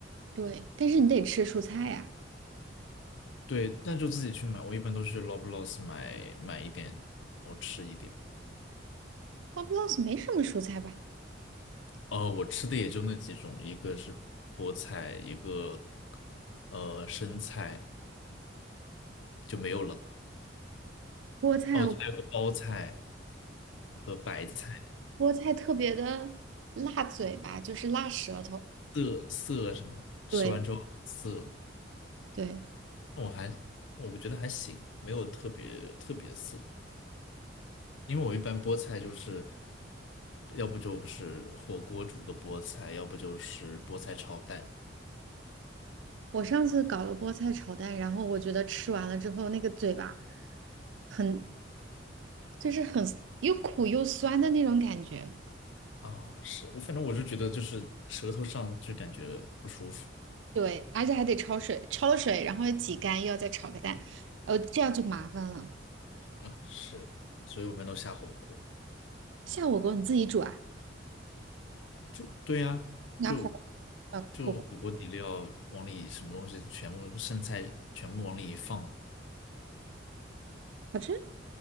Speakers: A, on the right; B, on the left.
A: 对，但是你得吃蔬菜呀、
B: 对，那就自己去买。我一般都是去 Loblaws 买买一点，然后吃一点。
A: 我不知道是没什么蔬菜吧，
B: 呃，我吃的也就那几种，一个是菠菜，一个呃生菜就没有了。
A: 菠菜。
B: 哦，还有个包菜和白菜，
A: 菠菜特别的辣嘴巴，就是辣舌头。
B: 涩涩什么，吃完之后很涩，
A: 对对，
B: 我还我觉得还行，没有特别特别涩。因为我一般菠菜就是，要不就是火锅煮个菠菜，要不就是菠菜炒蛋。
A: 我上次搞了菠菜炒蛋，然后我觉得吃完了之后，那个嘴巴很，就是很又苦又酸的那种感觉。
B: 啊，是我反正我是觉得就是舌头上就感觉不舒服
A: 对，而且还得焯水，焯了水，然后要挤干，又要再炒个蛋，哦这样就麻烦了。
B: 啊，是，所以我们都下火锅，
A: 下火锅你自己煮啊？
B: 就对呀、
A: 拿火
B: 就
A: 啊火
B: 就火锅底料往里什么东西全部剩菜全部往里一放，
A: 好吃？